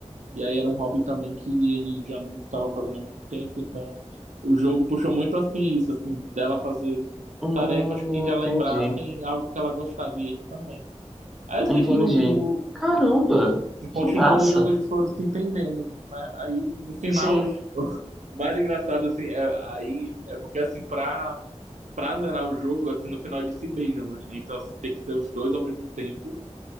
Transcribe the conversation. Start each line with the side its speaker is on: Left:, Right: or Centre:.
Right: E aí era um hobby também que ele já não estava fazendo há muito tempo. Então o jogo puxou muito, assim, isso, assim, dela fazer
Centre: Hum,
Right: tarefas que relembrassem
Centre: entendi.
Right: algo que ela gostava e ele também. Aí eu
Centre: Entendi.
Right: sei que no, no-
Centre: Caramba,
Right: assim, continuando
Centre: que massa.
Right: o jogo eles foram se entendendo, né? Aí no final,
Centre: Sim,
Right: <laughs> o mais engraçado assim, é, aí é porque assim pra para zerar o jogo assim no final eles se beijam, né? Então assim tem que ter os dois ao mesmo tempo